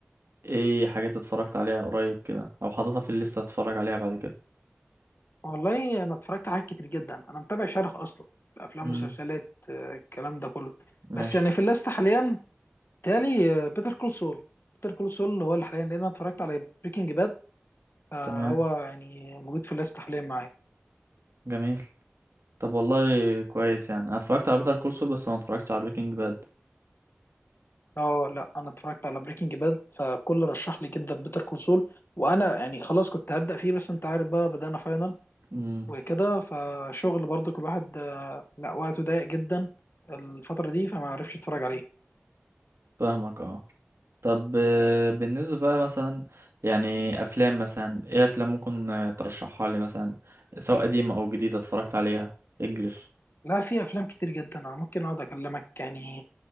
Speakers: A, on the right; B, on the left.
A: ايه حاجات اتفرجت عليها قريب كده او حاططها في الليسته اتفرج عليها بعد كده
B: والله انا اتفرجت على حاجات كتير جدا انا متابع شرح اصلا الافلام
A: مم.
B: والمسلسلات آه، الكلام ده كله
A: ماشي
B: بس يعني في الليست حاليا تالي بيتر كول سول بيتر كول سول هو اللي حاليا لان انا اتفرجت على بريكنج باد فهو
A: تمام
B: يعني موجود في الليست حاليا معايا
A: جميل طب والله كويس يعني انا اتفرجت على بيتر كول سول بس ما اتفرجتش على بريكنج باد
B: اه لا انا اتفرجت على بريكنج باد فكل رشح لي جدا بيتر كول سول وانا يعني خلاص كنت هبدا فيه بس انت عارف بقى بدانا فاينل
A: امم
B: وكده فشغل برضو كل واحد آه، لا وقته ضيق جدا الفتره دي فما عرفش اتفرج عليه
A: فاهمك اه طب آه، بالنسبة بقى مثلا يعني أفلام مثلا إيه أفلام ممكن آه، ترشحها لي مثلا سواء قديمة أو جديدة اتفرجت عليها إنجلش
B: لا في افلام كتير جدا انا ممكن اقعد اكلمك يعني